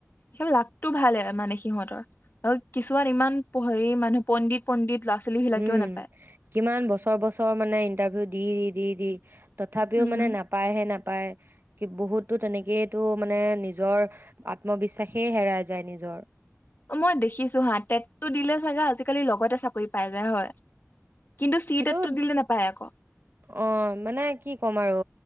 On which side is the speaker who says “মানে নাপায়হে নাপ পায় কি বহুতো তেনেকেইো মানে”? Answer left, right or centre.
Right